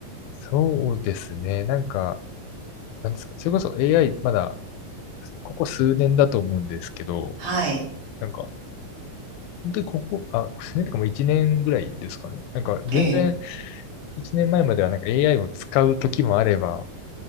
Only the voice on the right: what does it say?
はい。
ええ。